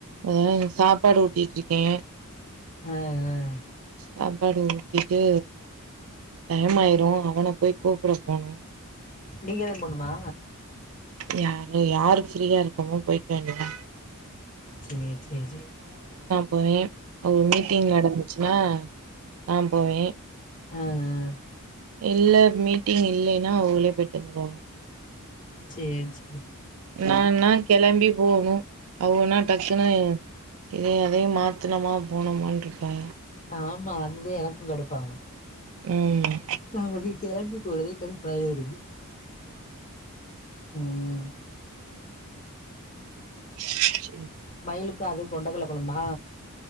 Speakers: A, on the right (about 65°); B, on the left (about 35°).
A: ஹ சாப்பாடு ஊட்டிட்டு இருக்கே
B: ஆஹ் ஆஹ்
A: சாப்பாடு ஊட்டிட்டு டைமாயிரு அவன போய் கூப்ட போனு
B: நீங்கதே போணுமா
A: யாரு யாரு ஃப்ரீயா இருக்கமோ போய்க்க வேண்டிதா
B: சேர் சேர் சேர்
A: போயூ ஒரு மீட்டிங் நடந்துச்ன்னா ஆஹ் போவே
B: ஆஆஆ
A: இல்ல மீட்டிங் இல்லைன்னா உள்ளே போயிட் வந்த்ருவோ
B: சேரி சே
A: நா நா கெளம்பி போணும் அவுகனா டக்குனுு இதை அதையு மாத்துனமா போனமனு இருப்பக
B: ஆமா அதுதே எனக்கு கடுப்பாகு
A: ம்
B: நமக்கு கெளம்பி போறதே கடுப்பாவே இருக்கு உம்ம்
A: ச்செர்
B: மயிலுக்கும் அதே கொண்டக்க வசல்ல கொழம்பா